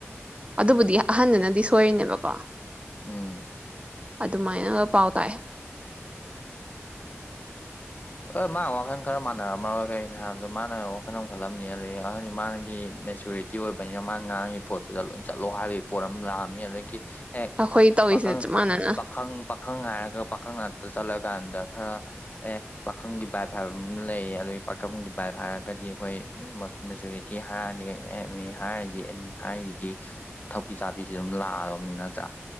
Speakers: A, on the right (about 25°); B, on the left (about 35°).
A: ꯑꯗꯨꯕꯨꯗꯤ ꯑꯍꯟꯗꯅꯗꯤ ꯁꯣꯏꯔꯤꯅꯦꯕꯀꯣ
B: ꯎꯝ
A: ꯑꯗꯨꯃꯥꯏꯅꯒ ꯄꯥꯎ ꯇꯥꯛ
B: ꯍ ꯃꯥ ꯋꯥꯈꯜ ꯈꯔ ꯃꯥꯟꯅꯔꯝꯃꯔꯣꯏ ꯀꯒꯤꯩꯅꯣ ꯍꯥꯏꯕꯗ ꯃꯥꯅ ꯋꯥꯈꯜ ꯑꯃꯈꯜꯂꯝꯅꯤ ꯑꯗꯒꯤ ꯑꯍꯟꯗꯤ ꯃꯥꯅꯒꯤ ꯃꯦꯆꯨꯔꯤꯇꯤ ꯑꯣꯏꯕꯅꯤꯅ ꯃꯥꯅ ꯉꯥꯡꯉꯤ ꯄꯣꯠꯇꯁꯤꯨꯗ ꯂꯣꯏ ꯆꯠꯂꯣ ꯍꯥꯏꯕꯒꯤ ꯄꯣꯠ ꯑꯃ ꯂꯥꯛꯑꯝꯅꯤ ꯑꯗꯒꯤ ꯑꯦ
A: ꯑꯩꯈꯣꯏ ꯇꯧꯔꯤꯁꯦ
B: ꯄꯥꯈꯪ
A: ꯆꯞ ꯃꯥꯟꯅꯅ
B: ꯄꯥꯈꯪ ꯄꯥꯈꯪ ꯍꯥꯏꯥꯏꯔꯒ ꯄꯥꯈꯪ ꯉꯥꯛꯇ ꯆꯠꯂꯀꯥꯟꯗ ꯈꯔ ꯑꯦ ꯄꯥꯈꯪꯒꯤ ꯕꯥꯏꯞ ꯍꯥꯏꯕ ꯑꯃ ꯂꯩ ꯑꯗꯨꯒꯤ ꯄꯥꯈꯪꯒꯤ ꯕꯥꯏꯞ ꯍꯥꯏꯔꯒꯗꯤ ꯑꯩꯈꯣꯏ ꯃꯦꯖꯣꯔꯤꯇꯤ ꯍꯥꯏꯔꯗꯤ ꯑꯦꯝ ꯑꯦ ꯍꯥꯏꯔꯤꯗꯤ ꯑꯦꯝ ꯑꯦ ꯍꯥꯏꯔꯤꯁꯤꯗꯤ ꯊꯛꯄꯤ ꯆꯥꯕꯤꯁꯤ ꯑꯗꯨꯝ ꯂꯥꯛꯑꯗꯕꯅꯤ ꯅꯠꯇ꯭ꯔꯥ